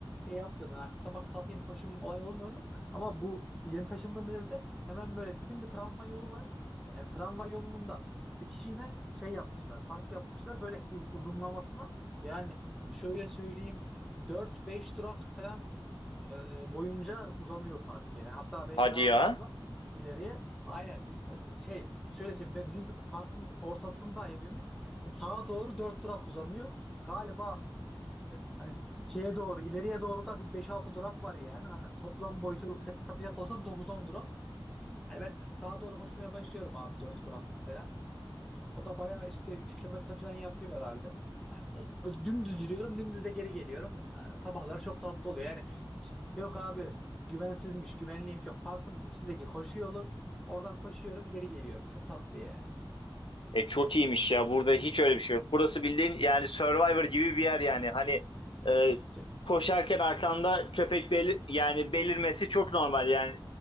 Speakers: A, in the centre; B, on the left.
A: şey yapmıyordum. ha, sabah kalkayım koşayım olay olmuyordu. Ama bu yeni taşındığımız evde hemen böyle dibinde tramvay yolu var. Yani tramvay yolunun da bitişiğine şey yapmışlar. Park yapmışlar böyle uz- uzunlamasına. Yani şöyle söyleyeyim dört beş durak falan e, boyunca uzanıyor park yani. Hatta belki
B: Hadi
A: daha
B: ya.
A: fazla ileriye. Aynen. Yani şey söyleyeyim be, bizimki parkın ortasında evimiz. İşte sağa doğru 4 durak uzanıyor. Galiba e, e, Hani şeye doğru, ileriye doğru da bir beş-altı durak var yani. Hani toplam boyutu hesa- hesaplayacak olsam dokuz-on durak. Yani ben sağa doğru koşmaya başlıyorum abi 4 duraklık falan. O da bayağı işte 3 kilometre falan yapıyor herhalde. Yani o, o dümdüz yürüyorum, dümdüz de geri geliyorum. Ee, Sabahlar çok tatlı oluyor. Yani hiç yok abi güvensizmiş, güvenliğim çok. Parkın içindeki koşu yolu, oradan koşuyorum, geri geliyorum. Çok tatlı yani.
B: E çok iyiymiş ya. Burada hiç öyle bir şey yok. Burası bildiğin yani Survivor gibi bir yer yani. Hani e,
A: <laughs> Şey-
B: koşarken arkanda köpek belir yani belirmesi çok normal yani.